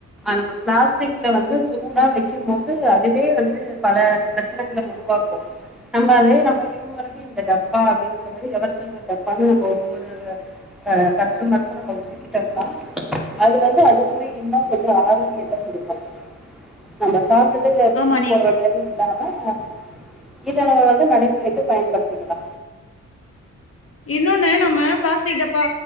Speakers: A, in the centre; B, on the left.
A: நம்ம ப்ளாஸ்டிக்ல வந்து சூடா வெக்கும் போது அதுவே வந்து பல ப்ரச்சனகள உருவாக்கும் நம்ப அதயே நம்ம இவ்னுங்களுக்கு இந்த டப்பா அப்டிங்கிற மாரி எவர் சில்வர் டப்பான்னு <unintelligible> ஒவ்வொரு அஹ் கஷ்டமர்க்கு நம்ம ஒதுக் கிட்டம்னா அது வந்து அதுவுமே இன்னு கொஞ்சோ ஆரோக்கியத்தை குடுக்கு நம்ம சாப்டுட்டு தூக்கி
B: ஆமா நீ
A: போடுற மாரி இல்லாம் ம இதல்ல வந்து நடைமுறைக்கு பயன்படுத்திக்களா
B: இன்னொன்னு நம்ம பிளாஸ்டிக் டப்பா